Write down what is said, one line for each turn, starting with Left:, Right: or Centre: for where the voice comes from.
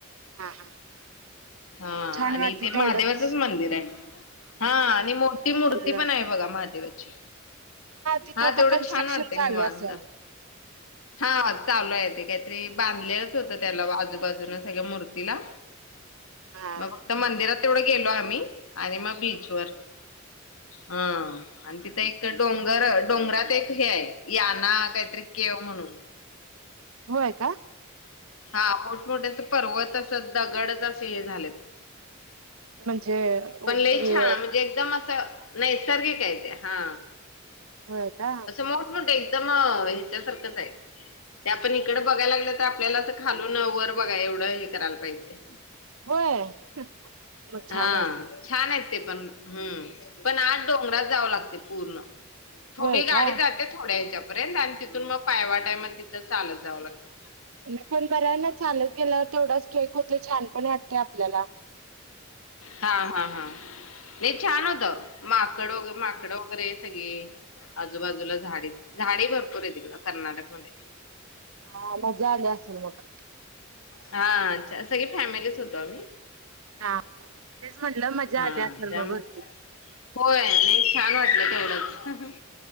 Right: हा. हा.
Left: हा
Right: छान
Left: आणि
Right: वाटते
Left: ते
Right: तेवढंच
Left: महादेवाचंच मंदिर आहे. हा, आणि मोठी मूर्ती
Right: वाटते.
Left: पण आहे बघा महादेवाची.
Right: तिथं
Left: हा
Right: आता
Left: तेवढं
Right: कन्स्ट्रक्शन
Left: छान वाटतंय
Right: चालू
Left: निवांत.
Right: असेल
Left: हा चालू हाय ते काहीतरी बांधलेलच होतं त्याला आजूबाजून सगळ्या मूर्तीला.
Right: हा.
Left: मग फक्त मंदिरात तेवढं गेलो आम्ही आणि मग बीचवर, हा आणि तिथं एक त डोंगर डोंगरात एक हे आहे याना काहीतरी केव म्हणून.
Right: होय का?
Left: हा मोठमोठे असं पर्वत असं दगडच असे हे झालेत.
Right: म्हणजे
Left: पण लय
Right: हे
Left: छा म्हणजे एकदम असं नैसर्गिक आहे ते हा,
Right: होय का
Left: असं मोठमोठे एकदम ह्याच्यासारखंच आहे ते आपण इकडं बघायला लागलं तर आपल्याला असं खालून न वर बघाय एवढं हे करायला पाहिजे.
Right: होय? मग
Left: हा
Right: छान असेल.
Left: छान आहेत ते पण, हम्म पण आत डोंगरात जावं लागतंय पूर्ण. थोडी
Right: होय
Left: गाडी
Right: का
Left: जाते थोड्या हच्यापर्यंत आणि तिथून मग पायवाट हाय म तिथं चालत जावं लागतं.
Right: म पण बरं आहे ना चालत गेल्यावर तेवढं स्ट्रेक होतोय छान पण वाटते आपल्याला.
Left: हा हा हा, नाही छान होतं माकड वग माकडं वगैरे सगळी. आजूबाजूला झाडे झाडे भरपूर आहे तिकडं कर्नाटकमध्ये.
Right: हा मजा आली असेल मग
Left: हा अच्छा, सगळी फॅमिलीच होतो आम्ही.
Right: हा तेच म्हटलं मजा
Left: हा,
Right: आली असेल
Left: त्या
Right: मग
Left: होय
Right: भरपूर
Left: नाही छान वाटलं तेवढंच,